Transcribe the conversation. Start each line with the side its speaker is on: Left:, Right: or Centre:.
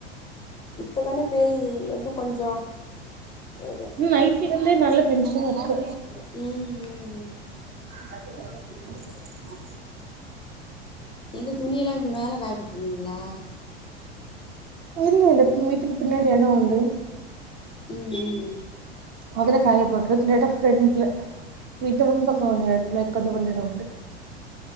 Left: இப்பதான பேயுது இது கொஞ்சோ ஒரு
Right: ம் நைட்லருந்து நல்ல பெஞ்சுட்தா இருக்கு
Left: ம்ம்
Right: <unintelligible> <unintelligible>
Left: எங்க துணியெல்லா மேல காய போட்ருந்திங்களா
Right: இல்ல இல்ல வீட்டுக்கு பின்னாடி எடம் உண்டு
Left: ம் ம்
Right: அதுல காயப்போட்றது இல்லனா ஃப்ரன்ட்ல வீட்ல முன் பக்க உள்ள இடத்துல <unintelligible> கொன்ன எடோ உண்டு